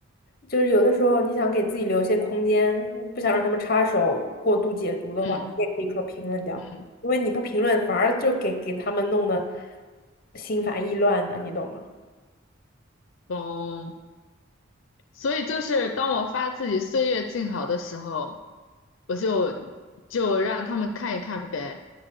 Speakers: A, on the left (about 50°); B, on the left (about 80°).
A: 就是有的时候你想给自己留一些空间，不想让他们插手过度解读的话，
B: 嗯。
A: 你也可以说评论掉。
B: 嗯
A: 因为你不评论，反而就给给他们弄得心烦意乱的，你懂吗？
B: 懂。所以就是当我发自己岁月静好的时候，我就就让他们看一看呗。